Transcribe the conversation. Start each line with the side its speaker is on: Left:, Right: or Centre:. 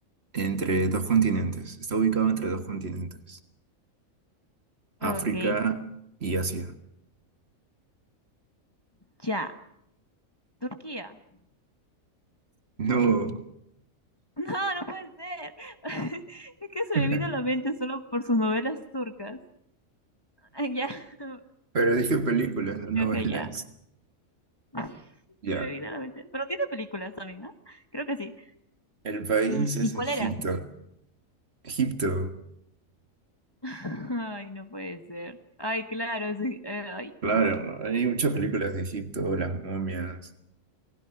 Right: entre dos continentes. Está ubicado entre dos continentes.
Left: Ok.
Right: África y Asia.
Left: Ya, Turquía. <laughs>
Right: No,
Left: No, no puede ser. <laughs> Es que se
Right: <laughs>
Left: me vino a la mente solo por sus novelas turcas. Ah, Ya, <laughs>
Right: pero dije películas, no novelas.
Left: creo que ya. <laughs>
Right: Ya,
Left: Se me vino a la mente. Pero tiene películas también, ¿no? Creo que sí.
Right: el país
Left: Mm,
Right: es
Left: ¿Y cuál
Right: Egipto.
Left: era?
Right: Egipto,
Left: <laughs> Ay, no puede ser. Ay, claro, sí. Eh, ay,
Right: claro,
Left: no.
Right: hay muchas películas de Egipto, las momias.